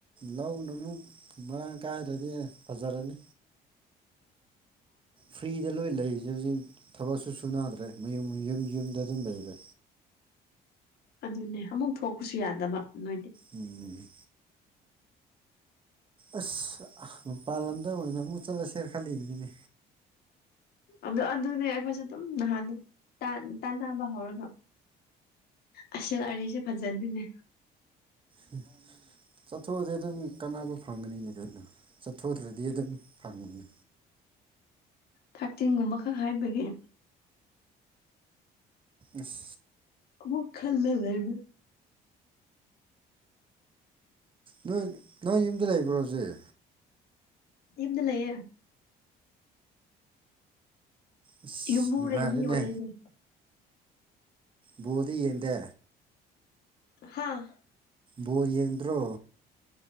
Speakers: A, on the right; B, on the left.
A: ꯂꯧꯅ ꯑꯃꯨꯛ ꯃꯔꯥꯡ ꯀꯥꯏꯗꯔꯗꯤ ꯐꯖꯔꯅꯤ
B: <inaudible>
A: ꯐ꯭ꯔꯤꯗ ꯂꯣꯏ ꯂꯩꯔꯤꯁꯦ ꯍꯧꯖꯤꯛ ꯊꯕꯛꯁꯨ ꯁꯨꯅꯗ꯭ꯔꯦ ꯃꯌꯨꯝ ꯌꯨꯝ ꯌꯨꯝꯗ ꯑꯗꯨꯝ ꯂꯩꯔꯦ
B: ꯑꯗꯨꯅꯦ ꯑꯃꯨꯛ ꯊꯣꯛꯄꯁꯨ ꯌꯥꯗꯕ ꯅꯣꯏꯗꯤ
A: ꯎꯝ ꯑꯁ ꯃꯄꯥꯟ ꯂꯝꯗ ꯑꯣꯏꯅ ꯑꯃꯨꯛ ꯆꯠꯂꯁꯦꯔꯥ ꯈꯜꯂꯤꯕꯅꯤꯅꯦ
B: ꯑꯗꯨ ꯑꯗꯨꯅꯦ ꯑꯩꯈꯣꯏꯁꯨ ꯑꯗꯨꯝ ꯅꯍꯥꯟꯗꯨ ꯇꯥꯟ ꯇꯥꯟꯅꯕ ꯍꯧꯔꯒ ꯑꯁ <unintelligible> ꯐꯖꯗꯤꯅꯦ
A: ꯍꯝ ꯆꯠꯊꯣꯛꯑꯗꯤ ꯑꯗꯨꯝ ꯀꯥꯟꯅꯕ ꯐꯪꯒꯅꯤꯅ ꯀꯩꯅꯣ ꯆꯠꯊꯣꯛꯗ꯭ꯔꯗꯤ ꯑꯗꯨꯝ ꯐꯪꯕꯅꯤ
B: ꯊꯥꯔꯇꯤꯟꯒꯨꯝꯕ ꯈꯛ ꯍꯥꯏꯕꯒꯤ
A: ꯏꯁ
B: ꯑꯃꯨꯛ ꯈꯜꯂꯒ ꯂꯩꯕꯅꯦ
A: ꯅꯣꯏ ꯅꯣꯏ ꯌꯨꯝꯗ ꯂꯩꯕ꯭ꯔꯣ ꯍꯧꯖꯤꯛ
B: ꯌꯨꯝꯗ ꯂꯩꯌꯦ
A: ꯑꯁ
B: ꯌꯨꯝꯕꯨ
A: ꯅꯨꯡꯉꯥꯏꯔꯦꯅꯦ
B: ꯔꯦꯟꯗꯤ ꯑꯣꯏꯔꯦꯅꯦ
A: ꯕꯣꯜꯗꯤ ꯌꯦꯡꯗꯦ
B: ꯍꯥꯥ
A: ꯕꯣꯜ ꯌꯦꯡꯗ꯭ꯔꯣ